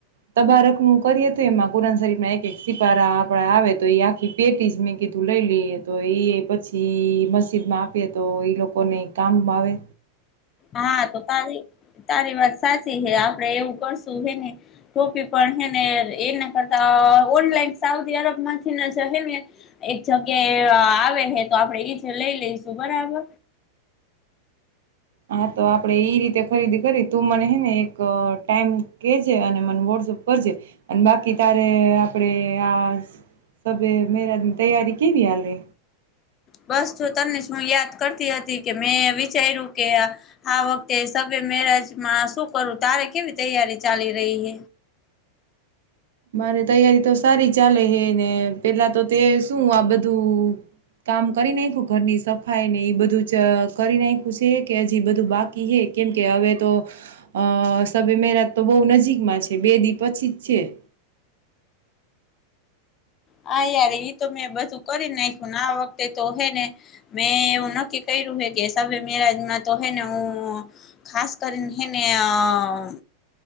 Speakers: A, on the right; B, on the left.
A: તબાારક નું કરીએ તો એમાં કુરાન શરીફ ના એક એક સિપારા આપડા આવે તો એ આખી પેટી જ મેં કીધું લઈ લઈએ તો એ પછી મસ્જિદ માં આપીએ તો એ લોકોને કામમાં આવે
B: હા તો ત તારી વાત સાચી હે આપડે એવું કરશું હેને ટોપી પણ હે ને એના કરતા ઓનલાઈન સાઉદી અરબ માંથી જ એક જગ્યાએ આવે હ તો આપડે લઈ લઈશું બરાબર.
A: હા તો આપડે ઈ રીતે ખરીદી કરી તું મને હે ને એક ટાઈમ કેજે અને મને વ કરજે અને બાકી તારે આપડે આ સબ મેરા તૈયારી કે ભ હાલે
B: બસ તમને શું યાદ કરતી હતી કે મેં વિચાર્યું કે આ વખતે મેરેજમાં શું કરું તારે કેવી તૈયારી ચાલી રહી હ
A: મારે તૈયારી તો સારી ચાલે હે ને પેલા તો તે શું આ બધું કામ કરી નાખ્યું ઘરની સફાઈ ને એ બધું જ કરી નાખ્યું છે કે હજી બધું બાકી હ કેમ કે હવે તો અ સબે મેરાત તો બહુ નજીકમાં છે બેદી પછી જ છે-
B: હા યાર ઈ તો મેં બધું કરી નાખ્યુંને આ વખતે તો હે ને મેં એવું નક્કી ક કે મેરાજમાં તો હેને હું ખાસ કરીને હેને આ